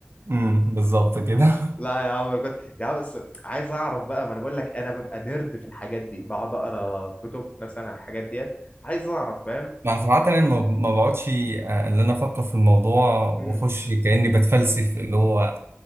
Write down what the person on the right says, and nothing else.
امم بالظبط كده
<laughs> مع صراحة أنا ما ما بقعدش آه، اللي أنا أفكر في الموضوع وأخش
كأني بتفلسف اللي هو